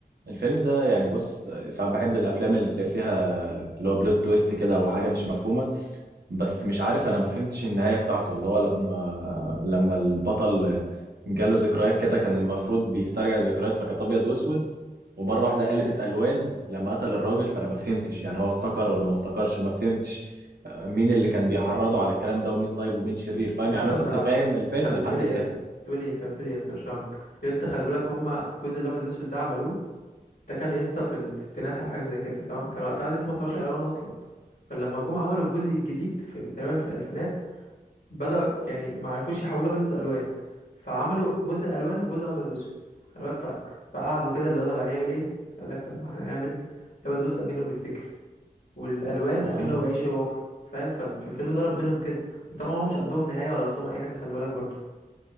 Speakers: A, on the right; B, on the left.
A: الفيلم ده يعني بص ساعات بحب الافلام اللي فيها اللي هو بلوت تويست كده او حاجه مش مفهومه بس مش عارف انا ما فهمتش النهايه بتاعته اللي هو لما لما البطل جاله ذكريات كده كان المفروض بيسترجع ذكريات فكانت ابيض واسود ومره واحده قلبت الوان لما قتل الراجل فانا ما فهمتش يعني هو افتكر ولا ما افتكرش وما فهمتش آه، مين اللي كان بيحرضه على الكلام ده ومين طيب ومين شرير فاهم
B: يا
A: يعني
B: اسطى
A: انا
B: انت
A: كنت فاهم الفيلم
B: انت بتقولي
A: لحد الاخر
B: يا اسطى بتقولي انت بتقولي يا اسطى مش فاهم يا اسطى خلي بالك هما الجزء الابيض والاسود ده عملوه ده كان يا اسطى في الستينات او حاجه زي كده تمام كان وقتها لسه ما اختاروش الالوان اصلا فلما جم عملوا الجزء الجديد في تقريبا في الالفينات بدأ يعني ما عرفوش يحولوا ابيض واسود الوان فعملوا جزء الوان وجزء ابيض واسود خلي بالك ف... فقعدوا كده اللي هو طب هنعمل ايه قال لك طب ما احنا نعمل الابيض واسود كأنه بيفتكر والالوان
A: اه
B: اكنه بيعيش الواقع فاهم فال- فالفيلم ضرب منهم كده بس طبعا هو مش قدهم النهايه ولا قصدهم اي حاجه خلي بالك برضه